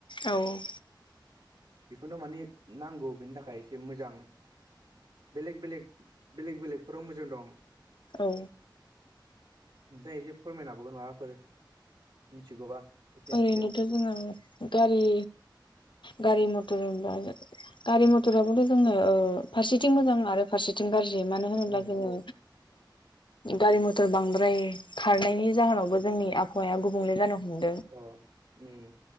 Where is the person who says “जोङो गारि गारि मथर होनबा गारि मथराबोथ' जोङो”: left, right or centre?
Left